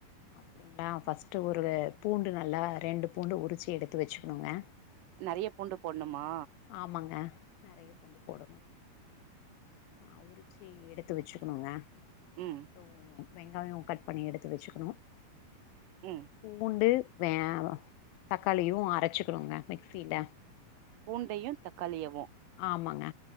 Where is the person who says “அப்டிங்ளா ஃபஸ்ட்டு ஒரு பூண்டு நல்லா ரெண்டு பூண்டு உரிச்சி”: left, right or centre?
Left